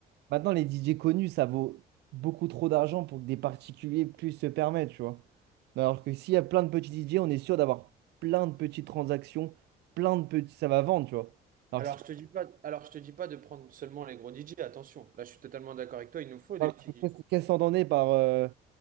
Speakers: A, on the right; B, on the right.
A: Maintenant, les DJ connus, ça vaut beaucoup trop d'argent pour que des particuliers puissent se permettre, tu vois. Alors que s'il y a plein de petits DJ, on est sûr d'avoir plein de petites transactions, plein de petits... Ça va vendre, tu vois. Alors
B: Alors,
A: que si
B: je te dis pas, alors, je te dis pas de prendre seulement les gros DJ. Attention. Là, je suis totalement d'accord avec toi. Il nous faut des
A: Alors,
B: petits
A: Qu'est-ce qu'est-ce qu'on entendait par, euh,